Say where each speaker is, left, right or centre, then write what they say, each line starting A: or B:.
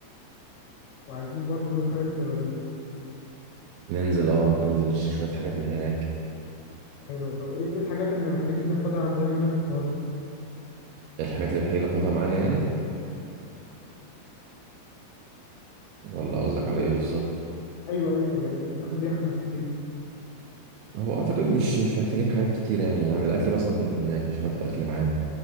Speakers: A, on the left (about 70°); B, on the right (about 80°).
A: وعايزين برضو نروح خالد بن الوليد
B: ننزل اه ممكن ننزل نشتري شوية حاجات من هناك
A: حلو طب ايه إيه الحاجات اللي محتاجين ناخدها عندنا هنا في القاهرة
B: الحاجات اللي محتاجين ناخدها معانا يعني ولا قصدك على ايه بالظبط
A: أيوه أيوه يعني إيه ناخد ايه احنا مسافرين
B: هو اعتقد مش مش محتاجين حاجات كتير يعني يعني الاكل مثلا هيكون هناك مش هناخد اكل معانا